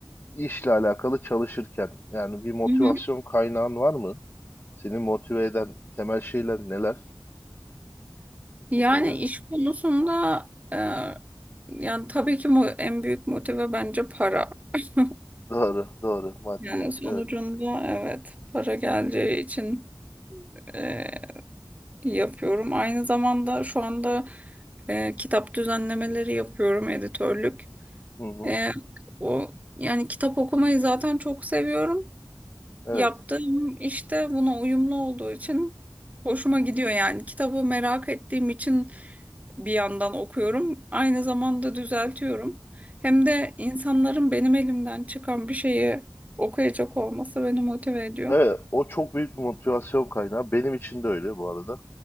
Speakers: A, on the left; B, on the right.
A: işle alakalı çalışırken yani bir motivasyon
B: Hı hı.
A: kaynağın var mı? Seni motive eden temel şeyler neler?
B: Yani
A: Bunları
B: iş konusunda e, yani tabii ki mu- en büyük motive bence para. <laughs>
A: doğru, doğru maddiyat.
B: Yani sonucunda
A: Evet.
B: evet para geleceği için e, yapıyorum. Aynı zamanda şu anda e, kitap düzenlemeleri yapıyorum, editörlük.
A: Hı hı.
B: E, o yani kitap okumayı zaten çok seviyorum.
A: Evet.
B: Yaptığım işte buna uyumlu olduğu için hoşuma gidiyor yani. Kitabı merak ettiğim için bir yandan okuyorum. Aynı zamanda düzeltiyorum. Hem de insanların benim elimden çıkan bir şeyi okuyacak olması beni motive ediyor.
A: Evet, o çok büyük bir motivasyon kaynağı. Benim için de öyle bu arada.